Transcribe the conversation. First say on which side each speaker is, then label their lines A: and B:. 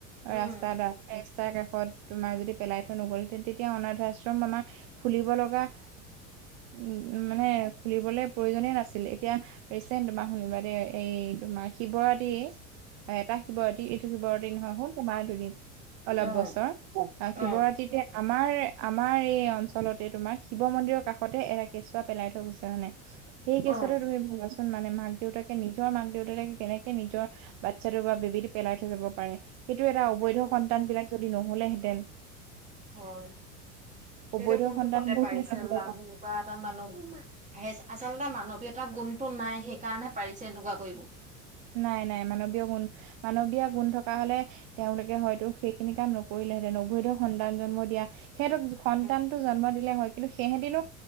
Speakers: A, on the right (about 15°); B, on the right (about 45°).
A: উম
B: ৰাস্তা স্তাৰ কাষত তোমাৰ যদি পেলাই থৈ নগ'ল হেতেন, তেতিয়া অনাথ আশ্ৰম আমাৰ খুলিব লগা উ মানে খুলিবলে প্ৰয়োনে নাছিল। এতিয়া ৰিচেণ্ট তোমাক শুনিবা দে এই তোমাৰ শিৱৰাতি এটা শিৱৰাতি এইটো শিৱ নহয় হ'ল তোমাৰ দুদিন অলপ
A: অ
B: বছৰ,
A: অ
B: শিৱৰাত্ৰিতে আমাৰ আমাৰ এই অঞ্চলতে তোমাৰ শিৱ মন্দিৰৰ কাষতে এটা কেঁচুৱা পেলাই থৈ গৈছে মানে। সেই
A: অ
B: কেছুৱাতো তুমি ভাবাচোন, মানে মাক দেউতাকে নিজৰ মাক দেউতাকে কেনেকে নিজৰ বাচ্ছাটো বা বেবিতো পেলাই থৈ যাব পাৰে। সেইটো এটা অবৈধ
A: তাকেহে
B: সন্তান বিলাক যদি নহ'লেহেঁতেন
A: হয়
B: অবৈধ
A: সেইটো কোনটো
B: সন্তান
A: ফতে পাৰিছে যিবিলাক এনেকুৱা এটা মানুহ আহ আচলতে মানৱীয়তাৰ গুণটো নাই সেইকাৰণহে পাৰিছে এনেকুৱা কৰিবো।
B: নাই নাই মানৱীয় গুণ মানৱীয় গুণ থকা হ'লে তেওঁলোকে হয়তো সেইখিনি কাম নকৰিলেহেঁতেন। অবৈধ সন্তান জন্ম দিয়া সিহঁতক সন্তানটো
A: উম
B: জন্ম দিলে হয়, কিন্তু চিহঁতিনো